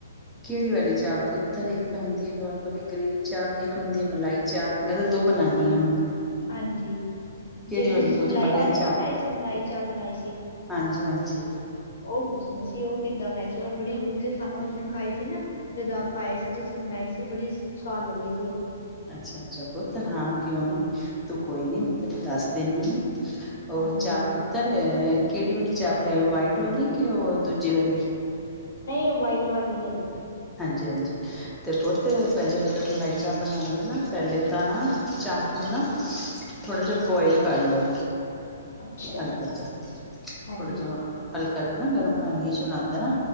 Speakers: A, in the centre; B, on the left.
A: ਕਿਹੜੀ ਵਾਲੀ ਚਾਪ ਪੁੱਤਰ ਇੱਕ ਤਾਂ ਹੁੰਦੀ ਐ, ਨੋਰਮਲੀ ਗ੍ਰੇਵੀ ਚਾਪ, ਇੱਕ ਹੁੰਦੀ ਹੈ ਮਲਾਈ ਚਾਪ ਮੈਂ ਤਾਂ ਦੋ ਬਣਾਨੀ ਆ
B: ਹਾਂਜੀ। ਜਿਹੜੀ
A: ਵਾਲੀ
B: ਤੁਸੀਂ
A: ਪੁੱਛ
B: ਮਲਾਈ ਵਾਲੀ
A: ਚਾਪ
B: ਨੀ ਬਣਾਈ ਸੀ ਮਲਾਈ ਚਾਪ ਬਣਾਈ ਸੀ।
A: ਹਾਂਜੀ ਹਾਂਜੀ
B: ਉਹ ਪੁੱਛਦੇ ਸੀ, ਉਹ ਕਿੱਦਾਂ ਬਣਾਈ ਸੀ ਉਹ ਬੜੀ ਉਝ ਉਸ ਦਿਨ ਖਾਈ ਸੀ ਨਾ ਜਦੋਂ ਆਪਾਂ ਆਏ ਸੀ, ਤੁਸੀਂ ਬਣਾਈ ਸੀ ਬੜੀ ਸਵਾਦ ਲੱਗੀ ਸੀ ਓ
A: ਅੱਛਾ -ਅੱਛਾ ਪੁੱਤਰ ਹਾਂ ਕਿਉਂ ਨੀ, ਤੂੰ ਕੋਈ ਨੀ ਮੈਂ ਤੈਨੂੰ ਦੱਸ ਦਿੰਨੀ ਆ।
B: ਹਾਂਜੀ
A: ਉਹ ਚਾਪ ਪੁੱਤਰ ਕਿਹੜੀ ਵਾਲੀ ਚਾਪ ਲਿਆਏ ਓ, ਵਾਈਟ ਵਾਲੀ ਕਿ ਓ ਦੂਜੇ ਵਾਲੀ
B: ਨਹੀਂ ਓ ਵਾਈਟ ਵਾਲੀ ਹੈਗੀ।
A: ਹਾਂਜੀ- ਹਾਂਜੀ। ਤੇ ਪੁੱਤ ਪਹਿਲੇ ਅਗਰ ਮਲਾਈ ਚਾਪ ਬਣਾਣੀ ਹੋਏ ਨਾ, ਪਹਿਲੇ ਤਾਂ ਨਾ ਚਾਪ ਨੂੰ ਨਾ ਥੋੜਾ ਜਾ ਬੋਇਲ ਕਰ ਲਓ।
B: <inaudible> ਅੱਛਾ
A: ਹਲਕਾ ਜਾ
B: ਹਾਂਜੀ
A: ਥੋੜਾ ਜਾ ਹਲਕਾ ਜਾ ਨਾ ਗਰਮ ਪਾਨੀ ਚ ਓਨੂੰ ਆਦਾ ਨਾ,